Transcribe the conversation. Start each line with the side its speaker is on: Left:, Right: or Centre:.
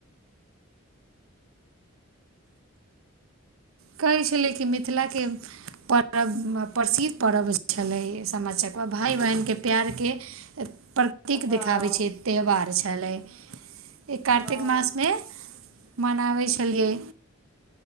Right: कहय छलै कि मिथिलाके पर्व प्रसिद्ध पर्व छलय सामा चकेवा भाई बहिनके प्यारके पर कतीक
Centre: हँ हँ
Right: देखाबै छ त्यौहार छलै ई कार्तिक
Centre: हँ
Right: मास में मनाबय छलियै